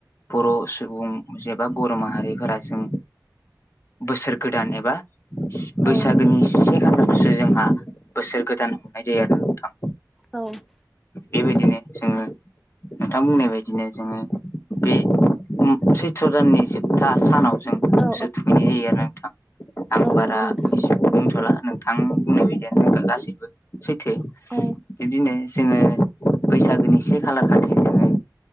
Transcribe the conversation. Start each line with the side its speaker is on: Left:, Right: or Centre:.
Left: बर' सुबुं जबा बर' माहारिफोरा जों बोसोर गोदान एबा बैसागोनि
Centre: औ
Left: से खालारखौसो जोंहा बोसोर गोदान आयदाया नोंथां
Centre: औ
Left: बेबायदिनो जोङो नोंथां बुंनाय बायदिनो जोङो बे उम सैथ्र' दाननि जोबथा सानाव जों गोसो
Centre: औ
Left: थुखैनाय जायो आरो नोंथां आं
Centre: औ
Left: बारा
Centre: नंगौ नोंथां
Left: एसे बुंथ'ला नोंथां बुंनाय बायदियानो जोंथ गासैबो सैथो
Centre: औ
Left: बिब्दिनो जोङो बैसागोनि एसे खालार खालि जोङो